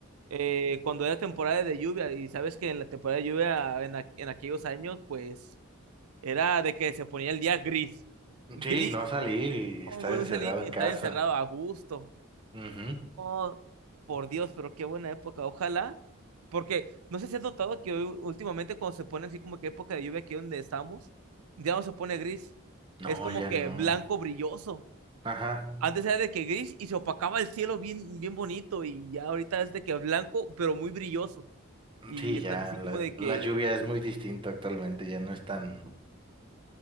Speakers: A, on the right (about 85°); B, on the right (about 25°).
A: eh, cuando era temporada de lluvia, y sabes que en la temporada de lluvia en, a- en aquellos años, pues era de que se ponía el día gris.
B: Ujú.
A: Gris,
B: Sí, no salir y
A: <laughs> oh,
B: estar
A: muy,
B: encerrado
A: muy salir
B: en
A: y estar
B: casa.
A: encerrado a gusto.
B: Ujú.
A: Oh, por Dios, pero qué buena época. Ojalá. Porque no sé si has notado que hoy, últimamente cuando se pone así como que época de lluvia aquí donde estamos, ya no se pone gris.
B: No,
A: Es como
B: ya
A: que
B: no.
A: blanco brilloso.
B: Ajá.
A: Antes era de que gris y se opacaba el cielo bien, bien bonito y ya ahorita es de que blanco, pero muy brilloso. Y
B: Sí,
A: estás
B: ya
A: así
B: la,
A: como de que,
B: la lluvia es muy distinta actualmente, ya no es tan,